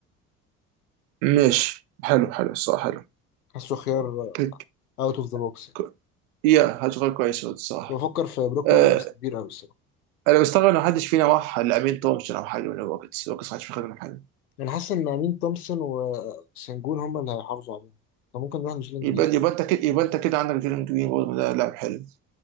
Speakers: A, on the right; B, on the left.
A: ماشي حلو حلو الصراحه حلو
B: حاسه خيار
A: كليك
B: أوت أوف ذا بوكس
A: ك- يا هتغير كويس الصراحه
B: كنت بفكر في بروك
A: أه
B: لوبيز بس كبير أوي الصراحة
A: انا مستغرب ان محدش فينا راح لامين تومسون او حاجه من الوقت الوقت محدش بيخدم حاجه
B: انا حاسس ان امين تومسون وسنجون هم اللي هيحافظوا عليهم فممكن نروح نشيلين
A: يبقى
B: جرين
A: يبقى انت كده يبقى انت كده عندك جيرن جرين برضه ده لاعب حلو